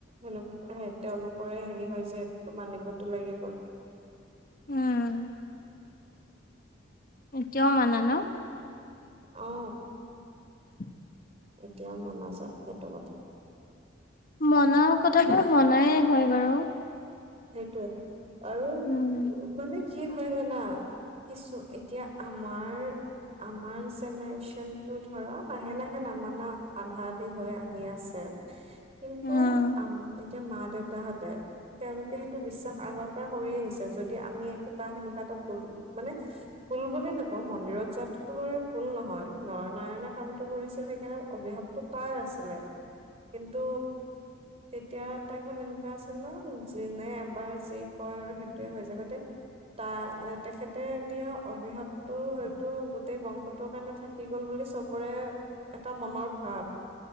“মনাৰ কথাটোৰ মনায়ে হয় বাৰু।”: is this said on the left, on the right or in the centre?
Left